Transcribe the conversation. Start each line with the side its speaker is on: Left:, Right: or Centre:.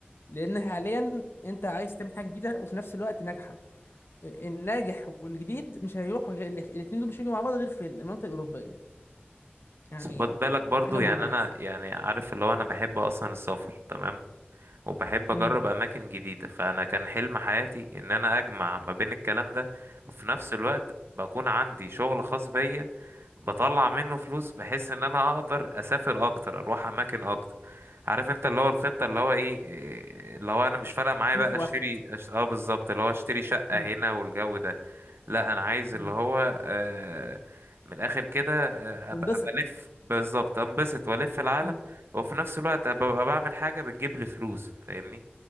Left: لان حاليا انت عايز تعمل حاجه جديده وفي نفس الوقت ناجحه الناجح والجديد مش هيروح غير الاثنين دول مش هيجوا مع بعض غير في المنطقه الاوروبيه يعني
Right: بس خد بالك برضو
Left: حاجه
Right: يعني
Left: مميزه
Right: أنا يعني عارف اللي هو أنا بحب أصلا السفر تمام وبحب اجرب
Left: امم
Right: اماكن جديده فانا كان حلم حياتي ان انا اجمع ما بين الكلام ده وفي نفس الوقت بكون عندي شغل خاص بيا بطلع منه فلوس بحيث ان انا اقدر اسافر اكتر اروح اماكن اكتر عارف انت اللي هو الخطه اللي هو ايه إيه، اللي هو انا مش فارقه معايا
Left: اتنين
Right: بقى
Left: في
Right: اشتري
Left: واحد
Right: أش... اه بالظبط اللي هو اشتري شقه
Left: امم
Right: هنا والجو ده لا انا عايز
Left: امم
Right: اللي هو آه، من الاخر كده آه،
Left: تنبسط
Right: ابقى أبقى الف بالظبط انبسط والف العالم
Left: امم
Right: وفي نفس الوقت ابقى أبقى بعمل حاجه بتجيب لي فلوس فاهمني